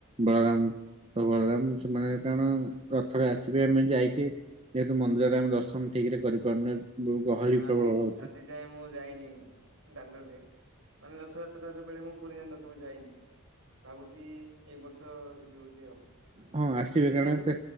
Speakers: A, on the right; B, on the right.
A: ବଳରାମ ପ୍ରବଳରାମ ସେମାନେ କାରଣ ରଥରେ ଆସିବେ ଆମେ ଯାଇକି ଯେହେତୁ ମନ୍ଦିରରେ ଆମେ ଦର୍ଶନ ଠିକ୍ ରେ କରିପାରୁନେ ଯୋଉ
B: ହଁ
A: ଗହଳି ପ୍ରବଳ
B: ଆଜି
A: ରହୁଛି
B: ଆଜି ଯାଏଁ ମୁଁ ଯାଇନି ଦାଣ୍ଡରେ ମାନେ ରଥଯାତ୍ରା ର ସେତେବେଳେ ମୁଁ ପୁରୀ ଦାଣ୍ଡକୁ କେବେ ଯାଇନି ଭାବୁଚି ଏଇ ବର୍ଷ ଯିବି ବୋଲି ଆଉ।
A: ହଁ ଆସିବେ
B: ଦେଖିଆ
A: କାରଣ ଏତେ